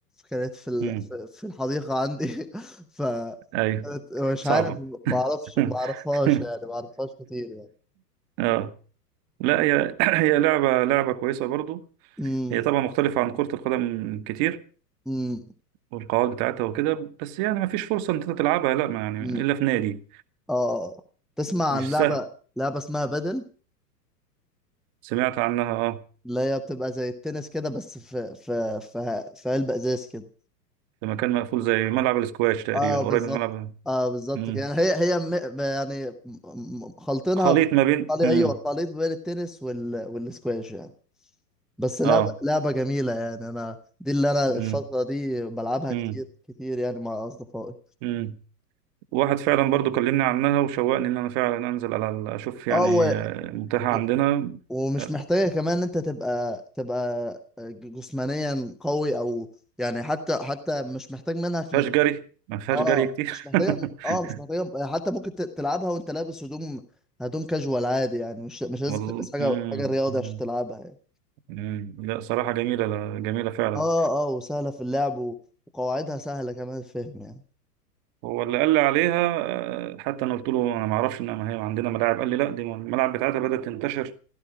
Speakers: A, in the centre; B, on the right.
A: كانت في ال...
B: امم
A: في في الحديقة عندي <laughs> ف
B: ايوه
A: كانت- مش
B: صعبه
A: عارف ما اعرفش
B: <laughs>
A: ما اعرفهاش يعني ما اعرفهاش كتير يعني
B: اه لا هي <clears throat> هي لعبه لعبه كويسه برضو
A: امم
B: هي طبعا مختلفه عن كره القدم كتير
A: امم
B: والقواعد بتاعتها وكده بس يعني ما فيش فرصه ان انت تلعبها لا ما يعني
A: أمم.
B: الا في نادي
A: اه آه. تسمع
B: مش
A: عن لعبة لعبة اسمها بدل
B: سمعت عنها اه
A: اللي هي بتبقى زي التنس كده بس في في في في علبة ازاز كده
B: في مكان مقفول زي ملعب الاسكواش تقريبا
A: اه بالظبط
B: قريب من ملعب
A: اه بالظبط
B: مم.
A: كده يعني هي هي م... م- يعني م- م- خلطينها
B: خليط
A: بطلي...
B: ما بين مم.
A: ايوه خليط بين التنس وال... والسكواش يعني بس لعبة
B: اه
A: لعبة جميلة يعني انا دي اللي انا
B: مم.
A: الفترة دي بلعبها
B: مم.
A: كتير كتير يعني مع اصدقائي
B: مم. واحد فعلا برضو كلمني عنها وشوقني ان انا فعلا انزل على ال- اشوف يعني
A: اه و...
B: آه، متاحة
A: و...
B: عندنا
A: ومش
B: آه،
A: محتاجة كمان ان انت تبقى تبقى آه، جسمانيا قوي او يعني حتى حتى مش محتاج منك
B: فيهاش جري ما فيهاش
A: اه
B: جري كتير
A: مش محتاجه
B: <laughs>
A: اه مش محتاجه حتى ممكن ت- تلعبها وانت لابس هدوم هدوم كاجوال عادي يعني مش مش لازم
B: والله
A: تلبس حاجه
B: مم.
A: حاجه رياضي
B: مم.
A: عشان تلعبها يعني
B: مم. لا صراحة جميلة لا، جميلة فعلا
A: اه اه وسهله في اللعب و- وقواعدها سهله كمان الفهم يعني
B: هو اللي قال لي عليها آه، حتى انا قلت له انا ما اعرفش ان هي عندنا ملاعب قال لي لا دي الملاعب بتاعتها بدأت تنتشر